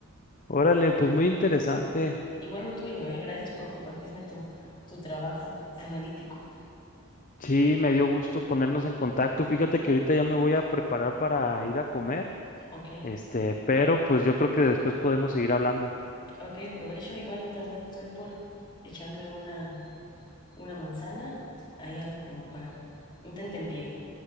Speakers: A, on the left (about 40°); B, on the left (about 20°).
A: Órale, pues muy interesante.
B: Igual lo tuyo, ¿eh? Gracias por compartirme tu, tu trabajo analítico.
A: Sí, me dio gusto ponernos en contacto. Fíjate que ahorita ya me voy a preparar para ir a comer.
B: Ok,
A: Este, pero pues yo creo que después podemos seguir hablando.
B: ok, provecho. Igual yo también estoy por echarme una, una manzana, hay algo como para un tentempié.